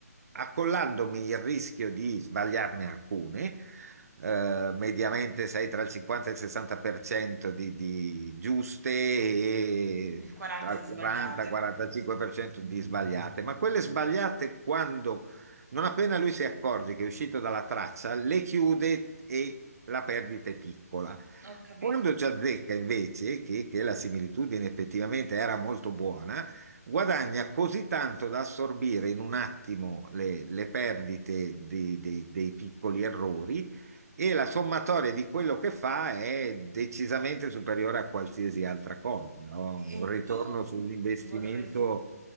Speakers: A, on the right; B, on the right.
A: accollandomi il rischio di sbagliarne alcune, eh, mediamente sei tra il 50 e il 60% di, di giuste e
B: eh. Il 40
A: tra il
B: di
A: 40-45%
B: sbagliate.
A: di sbagliate, ma quelle sbagliate quando, non appena lui si accorge che è uscito dalla traccia, le chiude e la perdita è piccola.
B: Ho capito.
A: Quando ci azzecca invece, che, che la similitudine effettivamente era molto buona, guadagna così tanto da assorbire in un attimo le, le perdite dei dei- dei piccoli errori e la sommatoria di quello che fa è decisamente superiore a qualsiasi altra cosa. no? Un
B: E
A: ritorno
B: tu
A: sull'investimento
B: vorres